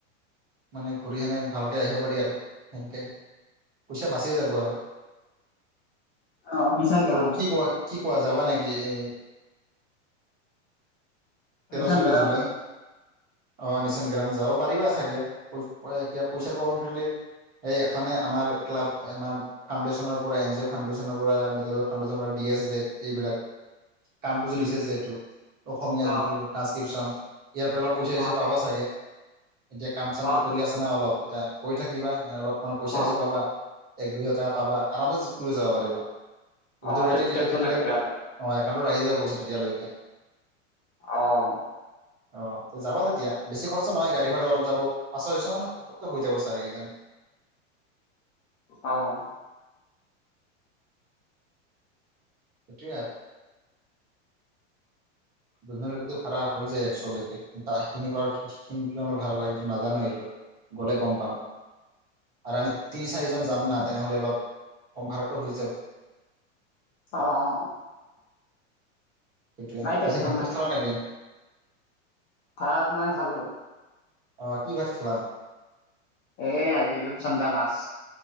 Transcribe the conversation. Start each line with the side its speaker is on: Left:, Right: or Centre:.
Right: মানে ঘূৰি সেনে ভালকে আহিব পাৰি আৰু সেনেকে। পইচা বাচিয়ে যাব আৰু।
Left: অ মিছন
Right: ত
Left: গৰম
Right: কি কোৱা কি? কোৱা যাবা নেকি এ। তেৰ
Left: মিছন
Right: চৈধ্য
Left: গৰম
Right: জুলাই। অ নিচান গ্ৰাম যাব পাৰিবা চাগৈ কিবা পইচাৰ প্ৰব্লেম থাকিলেই এই এখনে আমাৰ। ক্লাব আমাৰ ফাউণ্ডেশ্যনৰ পৰা এন জি অ' ফাউণ্ডেশ্যনৰ পৰা মিত ফাউণ্ডেশ্যনৰ পৰা ডি এছ ডে এইবিলাক। কামটো যদি
Left: উম
Right: দিছে যটো অসমীয়া
Left: অ
Right: যিটো ট্ৰানসক্ৰিপশ্যন ইয়াৰ পৰা অলপ পইচাইছে
Left: অ
Right: পাবা চাগে এতিয়া কাম-চামটো
Left: অ
Right: কৰি আছা না অলপ, এতিয়া কৰি থাকিবা, এ অলপ মানুহ পইচা
Left: অ
Right: হিচাপ পাবা। এক, দুই হাজাৰ পাবা, আৰামছে জিকু লৈ যাব পাৰিবা। উদুৰাতি
Left: অ
Right: তেতিয়া-তেতিয়ালৈকে
Left: টেনচন নাই তেতিয়াহ'লে
Right: অ, একাউণ্টত আহি যাব পইচো তেতিয়ালৈকে
Left: অহ
Right: অ, যাবা তেতিয়া, বেছি খৰচা নহয় গাড়ী ভাড়া অলপ যাব পাঁচ, ছয় মানতো হৈ যাব চাই কিজানি?
Left: অহ
Right: সেইটোৱে আৰু। দুজনৰ লৈকেতো ভাড়া হৈ যায় এক্সলৈকে, বাকিখিনি পৰা কিমান ভাড়া লাগে নাজানো এইটো, গ'লে গম পাম। আৰু আমি তিনি চাৰিজন যাম না, তেনেহ'লে অলপ সম্ভাৰতো হৈ যাব।
Left: অহ' অ অ অ
Right: সেইটোৱে,
Left: টেনচন
Right: এই যে ভাত-চাত
Left: নাই
Right: খালা নে এতিয়া?
Left: ভাত, নাই খালো চু
Right: অ কি ভাত খালা।
Left: এ' আজি ৰূপচন্দা মাছ।